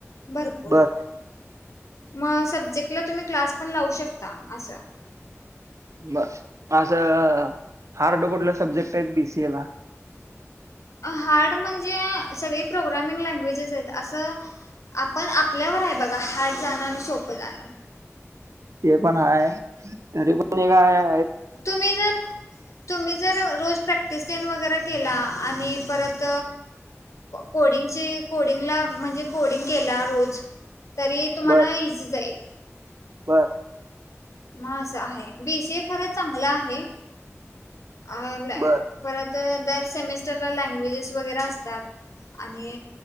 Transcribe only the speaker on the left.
भरपूर
मग सब्जेक्टला तुम्ही क्लास पण लावू शकता असा.
हार्ड म्हणजे सगळे प्रोग्रामिंग लँग्वेजेस आहेत असं. आपण आपल्यावर आहे बघा हात जाणं आणि सोपं जाणं.
तुम्ही जर. तुम्ही जर रोज प्रॅक्टिस देन वगैरे केला आणि परत. कोडिंगची. कोडिंगला म्हणजे कोडिंग केला रोज तरी तुम्हाला
इझी जाईल.
म असं आहे बीसीए खरंच चांगला आहे आला.
परत दर सेमिस्टरला लँग्वेजेस वगैरे असतात आणि..